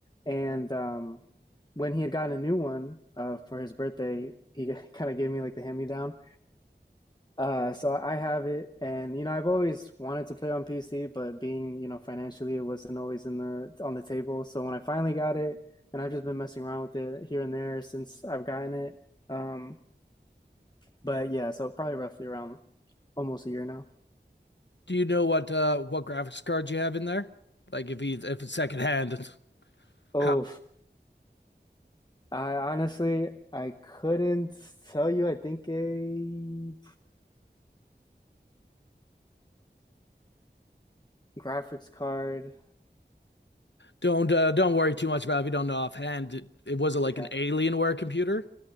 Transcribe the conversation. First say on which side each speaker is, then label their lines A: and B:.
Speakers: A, on the left (about 25°); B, on the left (about 80°).
A: And um, when he had gotten a new one uh, for his birthday, he <laughs> kind of gave me like the hand-me-down. Uh, so I have it, and you know, I've always wanted to play on PC, but being, you know, financially, it wasn't always in the on the table. So when I finally got it, and I've just been messing around with it here and there since I've gotten it. Um, but yeah, so probably roughly around almost a year now.
B: Do you know what uh what graphics cards you have in there? Like if he if it's secondhand, <laughs>
A: Oh,
B: how
A: I honestly, I couldn't tell you. I think a graphics card.
B: don't uh, don't worry too much about it if you don't know offhand. It, it was it like
A: Yeah.
B: an Alienware computer